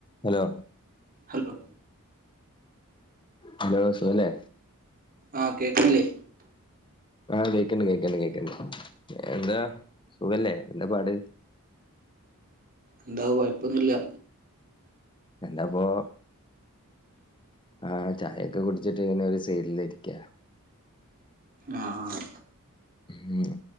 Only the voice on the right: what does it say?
ഹലോ
ആഹ് കേക്കണില്ലേ
എന്താ കൊഴപ്പൊന്നുല്ല.
ആഹ് ആഹ്